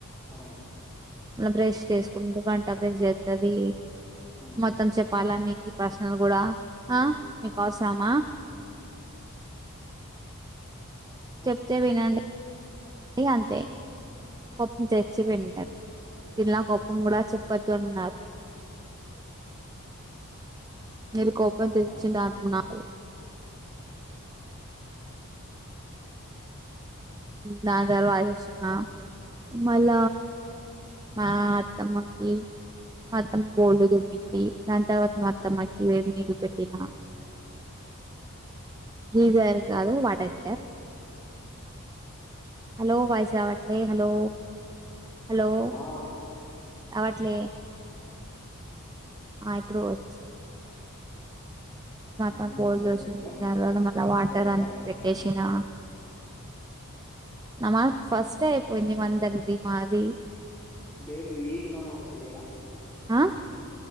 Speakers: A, on the left; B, on the right.
A: ఆ,
B: బ్రష్ చేసుకుంట గంట బ్రష్ చేస్తుంది
A: అవును,
B: మొత్తం చె చెప్పాలా మీకు ప్రశ్నలు కూడా ఆ మీకు అవసరమా
A: ఆ,
B: చెప్తే వినండి అ అంతే కోపం తెచ్చి పెారు
A: అవును,
B: తిన్న కోపం కూడా చెప్పొద్దు అంటన్నారు మీరు కోపం తెచ్చి
A: అవును.
B: అనుకున్నారు ద దరవాజేసిన మళ మా అత్తమ్మకి మొత్తం బోల్డు దుమ్మింది దాని తర్వాత మా అత్తమ్మకి వేడు నీళ్ళ పెట్టిన గీజర్ కాదు వాటర్ హీటర్ హలో వాయిస్ రావట్లే హలో హలో
A: ఆ,
B: అవట్లే
A: ఉమ్.
B: ఆ ఇప్పుడు వచ్చ
A: నమాజ్
B: మ బోల్జషి
A: చదివిందా
B: నరు మ
A: నమాజ్
B: వాటర్
A: అయిందా
B: అనే పెట్టేశి న నమా ఫస్ట్యిపోయింది వందడది ఈ మాదిరి
A: లేదు ఈద్ నమాజ్ చెయ్యరా
B: ఆ